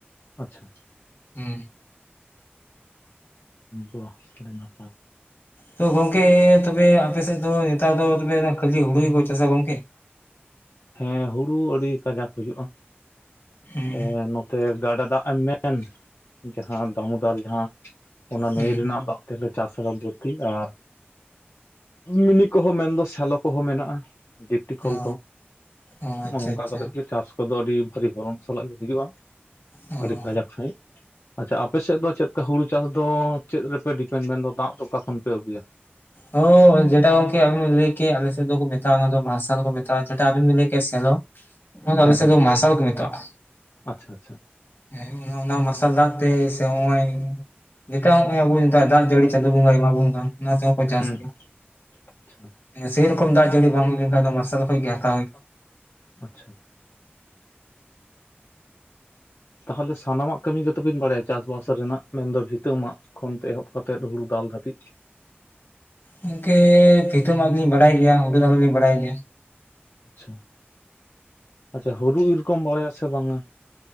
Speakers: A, on the left (about 80°); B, on the left (about 65°).
A: ᱟᱪᱪᱷᱟ
B: ᱦᱮᱸ
A: ᱵᱟᱦ ᱟᱹᱰᱤ ᱱᱟᱯᱟᱭ
B: ᱛᱚ ᱜᱚᱝᱠᱮ ᱛᱚᱵᱮ ᱟᱯᱮ ᱥᱮᱫ ᱫᱚ ᱱᱮᱛᱟᱨ ᱫᱚ ᱠᱷᱟᱹᱞᱤ ᱦᱩᱲᱩ ᱜᱮᱠᱚ ᱪᱟᱥᱟ ᱜᱚᱝᱠᱮ?
A: ᱦᱮᱸ ᱦᱩᱲᱩ ᱟᱹᱰᱤ ᱠᱟᱡᱟᱠ ᱦᱩᱭᱩᱜᱼᱟ᱾
B: ᱦᱩᱸ
A: ᱮ ᱱᱚ ᱛᱮ ᱜᱟᱰᱟ ᱫᱟᱜ ᱮᱢ ᱢᱮᱱ, ᱡᱟᱦᱟᱸ ᱫᱟᱹᱢᱩᱫᱚᱨ ᱡᱟᱦᱟᱸ ᱚᱱᱟ
B: ᱦᱩᱸ
A: ᱱᱟᱹᱭ ᱨᱮᱱᱟᱜ ᱫᱟᱜ ᱛᱮᱞᱮ ᱪᱟᱥ ᱟᱢ ᱡᱟᱹᱛᱤ ᱟᱨ ᱢᱤᱱᱤ ᱠᱚᱦᱚᱸ ᱢᱮᱱᱫᱚ ᱥᱮᱞᱚ ᱠᱚᱦᱚᱸ ᱢᱮᱱᱟᱜᱼᱟ᱾ ᱰᱤᱯᱴᱤ ᱠᱚᱞ
B: ᱚ
A: ᱠᱚ
B: ᱚ ᱟᱪᱪᱷᱟ
A: ᱱᱚᱜ ᱱᱚᱝᱠᱟ
B: ᱟᱪᱪᱷᱟ
A: ᱠᱟᱛᱮᱜ ᱜᱮ ᱪᱟᱥ ᱠᱚᱫᱚ ᱟᱹᱰᱤ ᱵᱷᱟᱹᱜᱤ ᱵᱚᱨᱚᱱ ᱥᱟᱞᱟᱜ ᱜᱮ ᱦᱩᱭᱩᱜᱼᱟ᱾
B: ᱚ
A: ᱟᱹᱰᱤ ᱠᱟᱡᱟᱠ ᱥᱟᱺᱦᱤᱡ ᱟᱪᱪᱷᱟ ᱟᱯᱮᱥᱮᱫ ᱫᱚ ᱪᱮᱫ ᱞᱮᱠᱟ ᱦᱩᱲᱩ ᱪᱟᱥ ᱫᱚ? ᱪᱮᱫ ᱨᱮᱯᱮ ᱰᱤᱯᱮᱱᱰ ᱢᱮᱱᱫᱚ ᱫᱟᱜ ᱫᱚ ᱚᱠᱟ ᱠᱷᱚᱱ ᱯᱮ ᱟᱹᱜᱩᱭᱟ?
B: ᱦᱳᱭ ᱡᱮᱴᱟ ᱜᱚᱝᱠᱮ ᱟᱵᱮᱱ ᱵᱤᱱ ᱞᱟᱹᱭ ᱠᱮᱫ ᱟᱞᱮᱥᱮᱫ ᱫᱚᱠᱚ ᱢᱮᱛᱟᱜᱼᱟ, ᱚᱱᱟ ᱫᱚ ᱢᱟᱨᱥᱟᱞ ᱠᱚ ᱢᱮᱛᱟᱜᱼᱟ ᱾ᱡᱮᱴᱟ ᱟᱵᱮᱱ ᱵᱤᱱ ᱞᱟᱹᱭ ᱠᱮᱫᱟ ᱥᱮᱞᱚ᱾ ᱱᱚᱣᱟ ᱫᱚ
A: ᱦᱮᱸ
B: ᱟᱞᱮ ᱥᱮᱫ
A: ᱦᱮᱸ
B: ᱫᱚ ᱢᱟᱨᱥᱟᱞ ᱠᱚ ᱢᱮᱛᱟᱜᱼᱟ᱾
A: ᱟᱪᱪᱷᱟ ᱟᱪᱪᱷᱟ
B: ᱦᱮᱸ ᱚᱱᱟ ᱢᱟᱨᱥᱟᱞ ᱫᱟᱜ ᱛᱮ ᱥᱮ ᱱᱚᱜᱼᱚᱭ ᱡᱮᱠᱟ ᱱᱚᱜᱼᱚᱭ ᱟᱵᱚᱱ ᱫᱟᱜ ᱡᱟᱹᱲᱤ ᱪᱟᱸᱫᱳ ᱵᱚᱸᱜᱟᱭ ᱮᱢᱟᱵᱚᱱ ᱠᱟᱱ᱾ ᱚᱱᱟ ᱪᱟᱥ
A: ᱦᱩᱸ
B: ᱜᱮᱭᱟ,
A: ᱟᱪᱪᱷᱟ
B: ᱥᱮᱨᱚᱠᱚᱢ ᱫᱟᱜ ᱡᱟᱹᱲᱤ ᱵᱟᱝ ᱦᱩᱭ ᱞᱮᱱᱠᱷᱟᱱ ᱢᱟᱨᱥᱟᱞ ᱠᱷᱚᱱ ᱜᱮ ᱦᱟᱛᱟᱣ ᱦᱩᱭᱩᱜᱼᱟ᱾
A: ᱟᱪᱪᱷᱟ ᱛᱟᱦᱚᱞᱮ ᱥᱟᱱᱟᱢᱟᱜ ᱠᱟᱹᱢᱤ ᱜᱮᱛᱚᱵᱤᱱ ᱵᱟᱲᱟᱭᱟ᱾ ᱪᱟᱥᱵᱟᱥ ᱨᱮᱱᱟᱜ ᱢᱮᱱᱫᱚ ᱵᱷᱤᱛᱟᱹ ᱢᱟᱜ ᱠᱷᱚᱱᱛᱮ ᱮᱦᱚᱵ ᱠᱟᱛᱮᱫ ᱦᱩᱲᱩ ᱫᱟᱞ ᱫᱷᱟᱹᱵᱤᱡ,
B: ᱜᱚᱝᱠᱮ ᱵᱷᱤᱛᱟᱹ ᱢᱟᱜ ᱞᱤᱧ ᱵᱟᱲᱟᱭ ᱜᱮᱭᱟ, ᱦᱩᱲᱩ ᱫᱟᱞ ᱦᱚᱞᱤᱧ ᱵᱟᱲᱟᱭ ᱜᱮᱭᱟ᱾
A: ᱟᱪᱪᱷᱟ ᱟᱪᱪᱷᱟ ᱦᱩᱲᱩ ᱤᱨᱚᱠᱚᱢ ᱵᱟᱲᱟᱭᱟ ᱥᱮ ᱵᱟᱝᱼᱟ?